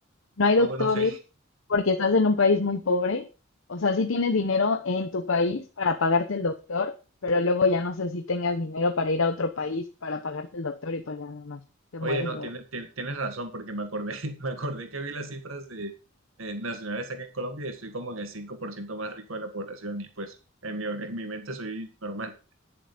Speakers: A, on the left (about 70°); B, on the right (about 80°).
A: No hay
B: Ah,
A: doctores
B: bueno, sí.
A: porque estás en un país muy pobre. O sea, sí tienes dinero en tu país para pagarte el doctor, pero luego ya no sé si tengas dinero para ir a otro país para pagarte el doctor y pues ya nada más te
B: Oye,
A: mueres
B: no,
A: o...
B: tiene- tiene tienes razón, porque me acordé, <laughs> me acordé que vi las cifras de, eh, nacionales acá en Colombia y estoy como en el 5% más rico de la población y pues en mi, en mi mente soy normal.